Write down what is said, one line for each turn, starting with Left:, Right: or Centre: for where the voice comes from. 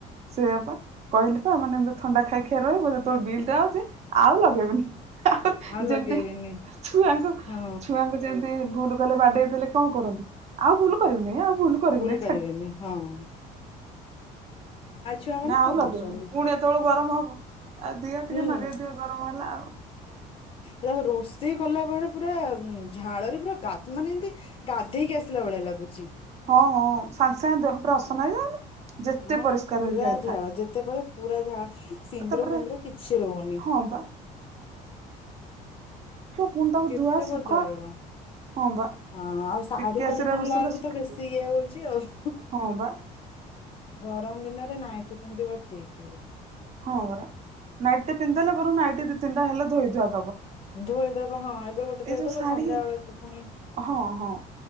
Right: ସେିଏ ବା କହିଲି ପା ଏମାନେ ଏମିତି ଥଣ୍ଡା ଖାଇକି ରହିବ ଯେତେବେଳେ ବିଲ୍ ଟା ଆସେ ଆଉ ଲଗେଇବନି। ଆ
Left: ଆଉ ଲଗେଇବେନି
Right: ଯେମିତି ଛୁଆଙ୍କୁ
Left: ହଁ
Right: ଛୁଆଙ୍କୁ ଯେମତି- ଭୁଲ କଲେ ବାଡେଇ ଦେଲେ କଣ କରନ୍ତି ଆଉ ଭୁଲ କରିବୁନି ଆଉ ଭୁଲ କରିବୁ ନାି
Left: କରିବେନି ହଁ। ଆ ଛୁଆ ମାନେ
Right: ନା ଆଉ
Left: କଣ
Right: ଲଗେଇବୁନି
Left: କରୁଛନ୍ତି?
Right: ପୁଣି ଏତେବେଳୁ ଗରମ ହବ ଆଉ ଦିହ ଟିକେ
Left: ହୁଁ
Right: ମଗେଇଦିଅ ଗରମ ହେଲା ଆଉ
Left: ତା ରୋଷେଇ କଲା ପରେ ପୁରା ଝାଳରେ ପୁରା ଗାଧ ମାନେ ଏମିତି ଗାଧେଇକି ଆସ ସିଲା ଭଳିଆ ଲାଗୁଛି।
Right: ହଁ ହଁ ସାଙ୍ଗେ ସାଙ୍ଗେ ଦେହ ପୁରା ଅସନା ହେଇଯାଉନି? ଯେତେ
Left: ହଁ
Right: ପରିଷ୍କାର
Left: ପୁରା
Right: ହେଇକି ଯାଇଥା
Left: ଝାଳ ଯେତେ ପରେ ପୁରା ଝାଳ ସିନ୍ଦୁର
Right: ତାପରେ
Left: ବିିନ୍ଦୁର କିଛି ରହୁନି।
Right: ହଁ ବା କୁଣି ତାକୁ
Left: କେତେ
Right: ଧୁଆ ସୁଖ
Left: ବଦଳିବ
Right: ହଁ ବା
Left: ହଁ ଆଉ ଶାଢୀ
Right: ଟିକେ
Left: ପାାଢୀ
Right: ଆସିରା
Left: ପିନ୍ଧିଲା
Right: ବସିଲା
Left: ବେଳକୁ
Right: ଶୁଖିଛି
Left: ତ ବେଶୀ ଇଏ ହଉଛି ଆଉ।
Right: ହଁ ବା
Left: ଗରମ ଦିନରେ ନାଇଟି ପିନ୍ଧିବ ଠିକ।
Right: ହଁ ବରା ନାଇଟ୍ ପିନ୍ଧଦଲେ ବର ନାଇଟ୍ ଦି ତିନିଟା ହେଲେ ଧୋଇଦୁଆ
Left: ଧୋଇଦବ ହଁ ଏବେ ଗୋଟେ
Right: ଏଇ
Left: ଧୋଇଦବ
Right: ଯୋଉ ଶାଢୀ
Left: ସନ୍ଧ୍ୟା ବେଳେ ତୁ ପୁଣି
Right: ହଁ ହଁ